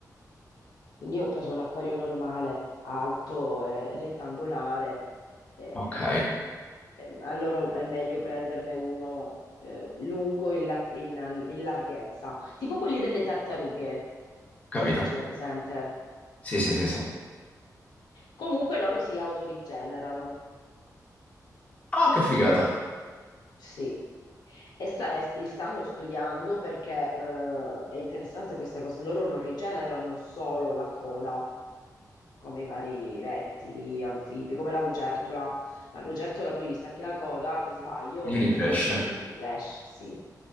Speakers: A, on the left; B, on the left.
A: Quindi io ho preso un acquario normale, alto e rettangolare. eh,
B: Ok,
A: eh, allora è meglio prenderne uno eh, lungo in, la- in- in larghezza, tipo quelli delle tartarughe.
B: capito.
A: Non so se ce l'hai presente.
B: Sì, sì, sì, sì.
A: Comunque loro si autorigenerano.
B: Ah, che figata.
A: Sì. E sta- e li stanno studiando perché eh, è interessante questa cosa. Loro non rigenerano solo la coda, come i vari rettili, anfibi, come la lucertola. La lucertola tu gli stacchi la coda, per sbaglio,
B: Gli ricresce.
A: quella si, ri- si ricresce, sì.